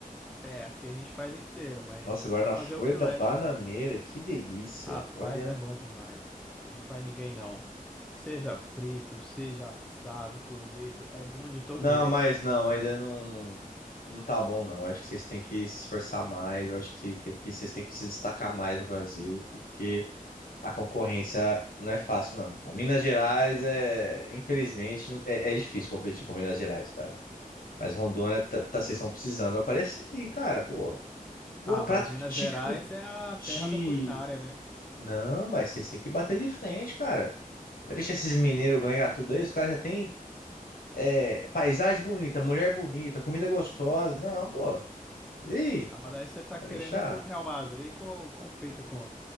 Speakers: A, in the centre; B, on the left.
A: É, aqui a gente faz inteiro, mas
B: Nossa, agora
A: dá
B: na
A: para
B: folha
A: fazer o filé
B: da bananeira,
A: também.
B: que delícia.
A: Rapaz,
B: Olha.
A: é bom demais. Tem para ninguém não. Seja frito, seja assado, cozido, é bom de todo
B: Não,
A: jeito.
B: mas não, ainda não, não tá bom, não. Acho que vocês têm que se esforçar mais, eu acho que, tem que vocês têm que se destacar mais no Brasil, porque a concorrência não é fácil, não. A Minas Gerais é, infelizmente, é, é difícil competir com Minas Gerais, cara. Mas Rondônia, tá, tá- vocês estão precisando aparecer, e, cara, pô. Pô,
A: Ah,
B: prato
A: mas Minas
B: típico
A: Gerais é a
B: de.
A: terra da culinária, né?
B: Não, mas vocês têm que bater de frente, cara. Vai deixar esses mineiros ganhar tudo aí, os caras já têm. É, paisagem bonita, mulher bonita, comida gostosa. Não, pô. Ih,
A: Ah, mas aí você tá
B: vai
A: querendo
B: deixar.
A: que um Real Madrid com, compita com,